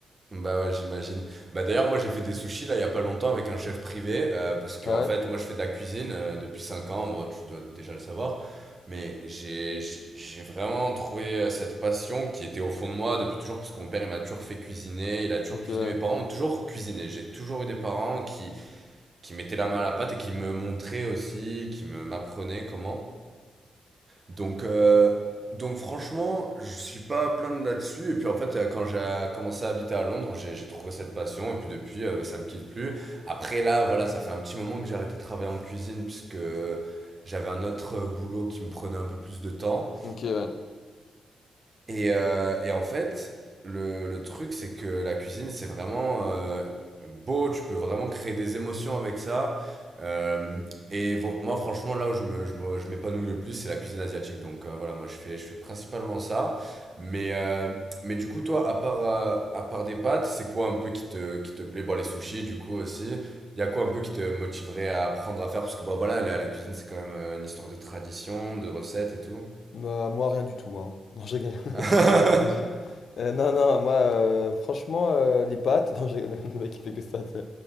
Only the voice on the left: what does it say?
Ah
ouais?
Ok,
ouais.
Ok, ouais.
Bah, moi, rien du tout, hein. <laughs> Non, je rigole,
Je- Euh, non, non, moi, euh, franchement, euh, les pâtes, <laughs> non, j'ai- le mec il fait que ça. tu sais.